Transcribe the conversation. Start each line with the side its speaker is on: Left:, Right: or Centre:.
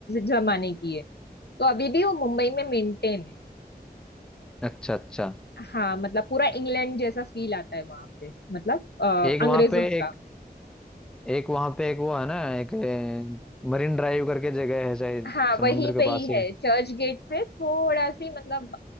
Left: जमाने की है तो अभी भी वो मुंबई में मेंटेन है
Centre: अच्छा अच्छा
Left: हाँ मतलब पूरा इंग्लैंड जैसा फील आता है वहां पे मतलब अ,
Centre: एक
Left: अंग्रेजों
Centre: वहां पे
Left: का
Centre: एक एक वहां पे एक वो है ना एक मरीन ड्राइव करके जगह है शायद
Left: हाँ
Centre: समुद्र
Left: वहीं
Centre: के
Left: पे ही
Centre: पास
Left: है
Centre: ही
Left: चर्च गेट से थोड़ा सी मतलब